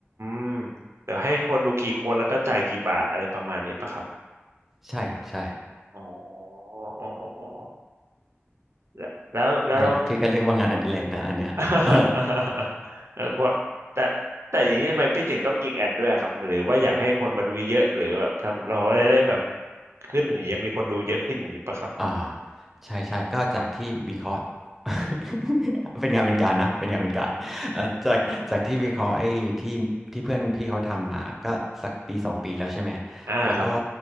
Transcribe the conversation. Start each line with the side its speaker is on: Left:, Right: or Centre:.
Right: มเดี๋ยวให้คนดูกี่คนแล้วก็จ่ายกี่บาทอะไรประมาณนี้ปะครับ
Centre: ใช่ครับใช่
Right: อ๋ออ๋ออ๋อแล้วแล้วแล้วเรา
Centre: นั่นแหละพี่ก็เรียกว่างานอดิเรกนะอันเนี้ย
Right: <laughs>
Centre: <laughs>
Right: แล้วก็บอกแต่แต่อย่างนี้ทำไมพี่ถึงต้องยิงแอดด้วยอะครับหรือว่าอยากให้คนมาดูเยอะๆหรือแบบทำเราได้ได้แบบขึ้นอย่างเงี้ยมีคนดูเยอะขึ้นอย่างงี้ปะครับ
Centre: อ่าใช่ใช่ก็จากที่วิเคราะห์ <laughs> เป็นงานเป็นการนะเป็นงานเป็นการเอ่อจากจากที่วิเคราะห์ไอ้ที่ที่เพื่อนพี่เขาทำมาก็สักปีสองปีแล้วใช่ไหม
Right: <laughs> อ่าครับ
Centre: แล้วก็